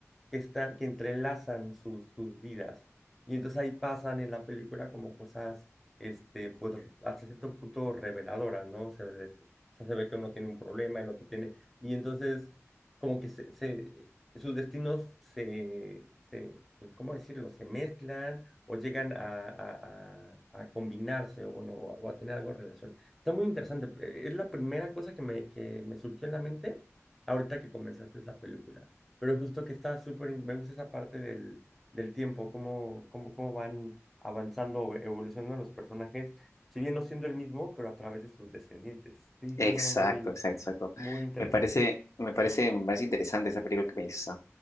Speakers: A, in the centre; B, on the left.
A: que están, que entrelazan sus, sus vidas. Y entonces ahí pasan en la película como cosas este, pues hasta cierto punto reveladoras, ¿no? Se, ve- o sea, se ve que uno tiene un problema, el otro tiene, y entonces como que se, se- sus destinos se, se, pues, ¿cómo decirlo? Se mezclan o llegan a, a- a- a combinarse o, bueno, o a tener algo en relación. Está muy interesante, eh, es la primera cosa que me, que me surgió en la mente ahorita que comenzaste esa película, pero justo que está súper, in- me gusta esa parte del del tiempo, cómo, cómo, cómo van avanzando o evolucionando los personajes, si bien no siendo el mismo, pero a través de sus descendientes. Sí,
B: Exacto,
A: suena muy,
B: exacto, exacto.
A: muy interesante.
B: Me parece, me parece, me parece interesante esa película que me dices. ¿ah?